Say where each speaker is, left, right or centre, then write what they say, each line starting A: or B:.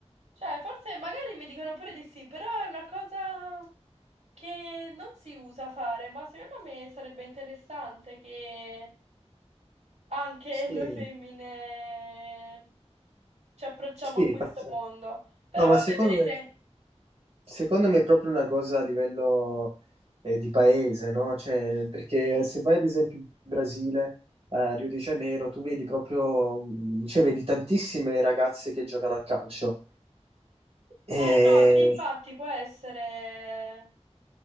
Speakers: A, on the right (about 75°); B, on the right (about 55°).
A: Cioè, forse magari mi dicono pure di sì, però è una cosa che non si usa fare, ma secondo me sarebbe interessante che anche
B: Sì,
A: <laughs> noi femmine ci approcciamo
B: sì,
A: a questo
B: faccio-
A: mondo. Però
B: No, ma
A: vabbè,
B: secondo
A: per il
B: me,
A: re...
B: secondo me è proprio una cosa a livello eh, di paese, no? Cioè, perché se vai ad esempio in Brasile, a Rio de Janeiro, tu vedi proprio, mm, cioè, vedi tantissime ragazze che giocano a calcio. Eh,
A: Eh no, sì, infatti può essere...